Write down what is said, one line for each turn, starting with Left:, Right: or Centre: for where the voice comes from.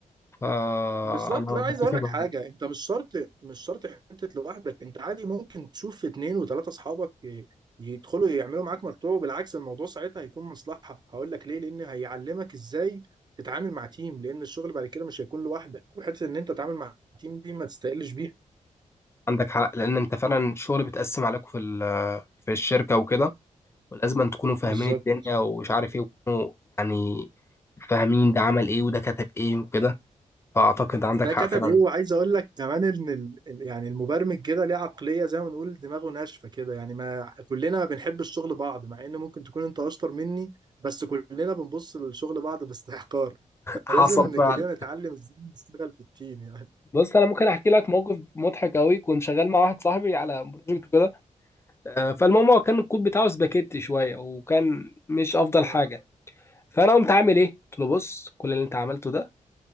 Left: فانا
Right: بالظبط لا عايز
Left: متفق
Right: اقول لك
Left: معاك
Right: حاجه انت مش شرط مش شرط حته لوحدك انت عادي ممكن تشوف في اتنين وتلاته اصحابك ي- يدخلوا يعملوا معاك مشروع وبالعكس الموضوع ساعتها هيكون مصلحه هقول لك ليه لان هيعلمك ازاي تتعامل مع تيم لان الشغل بعد كده مش هيكون لوحدك وحته ان انت تتعامل مع تيم دي ما تستقلش بيها
Left: عندك حق لان انت فعلا الشغل بيتقسم عليكم في ال- في الشركه وكده ولازم أن تكونوا فاهمين
Right: بالظبط
Left: الدنيا ومش عارف ايه وتكونوا يعني فاهمين ده عمل ايه وده كتب ايه وكده فأعتقد عندك
Right: ده
Left: حق
Right: كتب
Left: فعلا
Right: ايه وعايز اقول لك كمان ان ال... ال- يعني المبرمج كده ليه عقليه زي ما نقول دماغه ناشفه كده يعني ما كلنا ما بنحب الشغل بعض مع ان ممكن تكون انت اشطر مني بس كلنا بنبص للشغل بعض باستحقار
Left: حصل
Right: فلازم
Left: فعلا
Right: كلنا نتعلم ازاي نشتغل في التيم يعني
Left: بص انا ممكن احكي لك موقف مضحك قوي كنت شغال مع واحد صاحبي على بروجكت وكده آه، فالمهم هو كان الكود بتاعه سباكيتي شويه وكان مش افضل
Right: اه
Left: حاجه فانا قمت عامل ايه قلت له بص كل اللي انت عملته ده